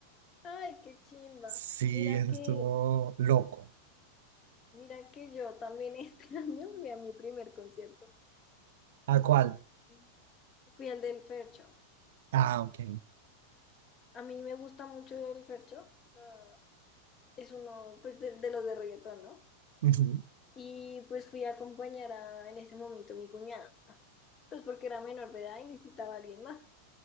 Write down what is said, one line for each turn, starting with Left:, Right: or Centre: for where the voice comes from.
Left: Ay, qué chimba.
Right: Sí,
Left: Mira
Right: eso
Left: que,
Right: estuvo loco.
Left: mira que yo también este <laughs> año fui a mi primer concierto.
Right: ¿A cuál?
Left: y Fui al del Fercho.
Right: Ah, ok.
Left: A mí me gusta mucho el Fercho. la- es uno, pues, de, de los de reggaetón, ¿no?
Right: Ujú.
Left: Y pues fui a acompañar a, en ese momento, mi cuñada. Pues porque era menor de edad y necesitaba a alguien más.